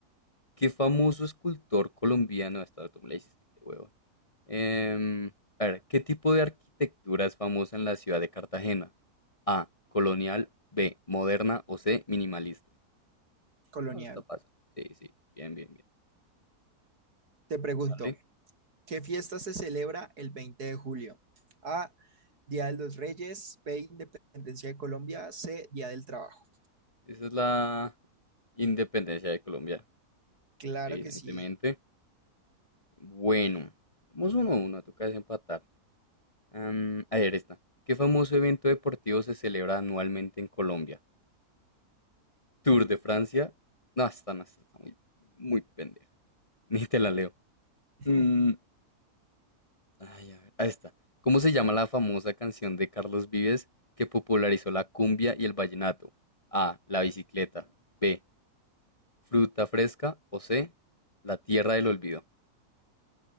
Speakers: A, on the left; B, on the right.
A: ¿qué famoso escultor colombiano? Esta tú me la hiciste, qué huevo. Em, a ver, ¿qué tipo de arquitectura es famosa en la ciudad de Cartagena? A, colonial, B, moderna o C, minimalista.
B: Colonial.
A: No, está fácil. Sí, sí, bien, bien, bien.
B: Te pregunto,
A: Dale.
B: ¿qué fiesta se celebra el 20 de julio? A, Día de los Reyes, B, Independencia de Colombia, C, Día del Trabajo.
A: Esa es la independencia de Colombia,
B: Claro
A: evidentemente.
B: que sí.
A: Bueno, vamos uno a uno, toca desempatar. Am, a ver, esta. ¿Qué famoso evento deportivo se celebra anualmente en Colombia? ¿Tour de Francia? No, esta no, esta está muy, muy pendeja. <laughs> Ni te la leo.
B: <laughs>
A: Mm, ay, a ver, ahí está. ¿Cómo se llama la famosa canción de Carlos Vives que popularizó la cumbia y el vallenato? A. La bicicleta. B. Fruta fresca. O C. La tierra del olvido.